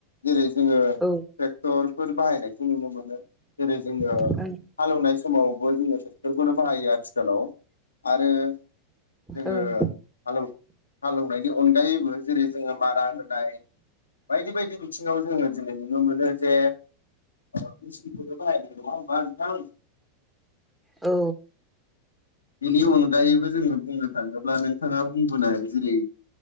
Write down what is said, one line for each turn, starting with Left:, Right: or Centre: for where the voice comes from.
Left: जेरै जोङो
Centre: औ
Left: ट्रेक्टरफोर बाहायनायखौ नुनो मोनो जेरै जोङो
Centre: ओं
Left: हालौवनाय समावबो जोङो बेफोरखौनो बाहायो आथिखालाव आरो जोङो
Centre: ओं
Left: हाल हालेवनायनि अनगायैबो जेरै जोङो मारा होनाय बायदि बायदि बिथिङाव जोङो दिनै नुनो मोनो जे मेचनखौनो बाहायनाय नङा होमबा नोंथां
Centre: औ
Left: बेनि अनगायैबो जोङो बुंनो थाङोब्ला नोंथाङा बुंबोनाय जेरै